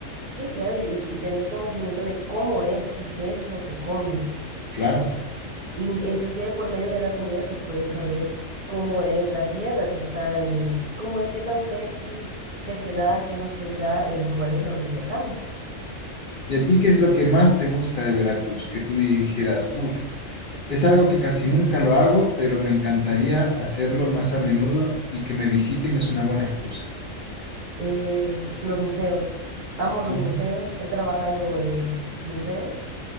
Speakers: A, on the right; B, on the left.
A: Sí, claro, y, y tener conocimiento de cómo es y qué es lo que come.
B: Claro.
A: In- Inclusive por medio de la comida se puede saber cómo es la tierra que está en, cómo es, qué tan fértil, qué se da, qué no se da en los lugares a donde viajamos.
B: ¿Y a ti qué es lo que más te gusta de Veracruz? Que tú dijeras, uff, es algo que casi nunca lo hago, pero me encantaría hacerlo más a menudo y que me visiten es una buena excusa.
A: Eh, los museos. Amo los
B: Mm.
A: museos, he trabajado en museos